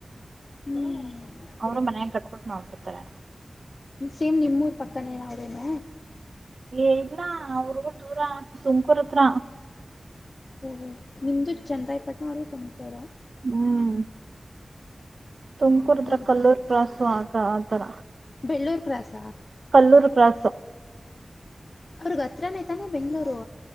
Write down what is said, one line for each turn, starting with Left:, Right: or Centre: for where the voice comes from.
Left: ಹ್ಮ್
Right: ಅವರು ಮನ ಕಟ್ಬಟ್ು ನೋಬಿಡ್ತಾರೆ
Left: ಸೇಮ್ ನಿಮ್ಮೂರ್ ಪಕ್ಕನ ಏನ ಅವದೇನ
Right: ಏ ಇಲ್ಲ ಅವ್ರಗ ದೂರ ತುಮಕೂರ್ತ್ರ
Left: ಹ ನಿಮ್ದು ಚಂದ್ರಾಯಪಟ್ಟಣ ಅವ್ರಗ ತುಮಕೂರು
Right: ಹ್ಮ್ ತುಮಕೂರ್ದ್ರ
Left: ಹ್ಞೂ ನಮ್ಮ
Right: ಕಲ್ಲೂರ್ ಕ್ರಾಾಸು ಆಗ ಆತರ
Left: ಎಲ್ಲೂರು ಕ್ರಾಾಸ
Right: ಕಲ್ಲೂರು ಪ್ರಾಸ
Left: ಅವ್ರಗ ಹತ್ರನೇ ತಾನೆ ಬೆಂಗ್ಗಳೂರು